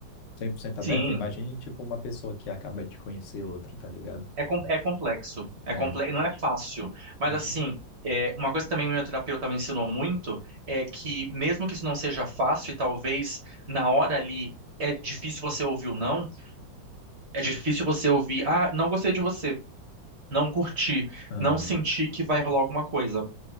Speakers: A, on the left; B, on the right.
A: 100% aberta,
B: sim.
A: imagine, tipo, uma pessoa que acaba de conhecer outra, tá ligado?
B: É, com- é complexo,
A: É.
B: é comple- não é fácil, mas
A: Uhum.
B: assim, é, uma coisa que também meu terapeuta me ensinou muito é que mesmo que isso não seja fácil, e talvez na hora ali é difícil você ouvir o não, é difícil você ouvir, ah, não gostei de você, não curti,
A: Ah,
B: não senti que vai rolar alguma coisa